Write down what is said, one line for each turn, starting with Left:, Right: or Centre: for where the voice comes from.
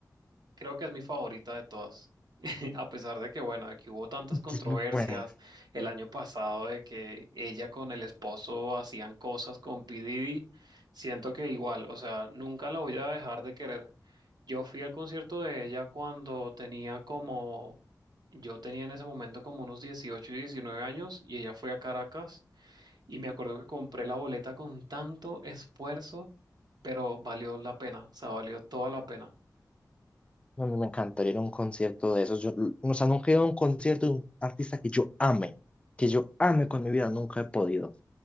Right: Creo que es mi favorita de todas. <laughs> A pesar de que, bueno, de que hubo tantas controversias
Left: es muy buena.
Right: el año pasado de que ella con el esposo hacían cosas con P. Diddy, siento que igual, o sea, nunca la voy a dejar de querer. Yo fui al concierto de ella cuando tenía como, yo tenía en ese momento como unos 18 y 19 años y ella fue a Caracas y me acuerdo que compré la boleta con tanto esfuerzo, pero valió la pena, o sea, valió toda la pena.
Left: A mí me encantaría ir a un concierto de esos. Yo, o sea, nunca he ido a un concierto de un artista que yo ame, que yo ame con mi vida, nunca he podido.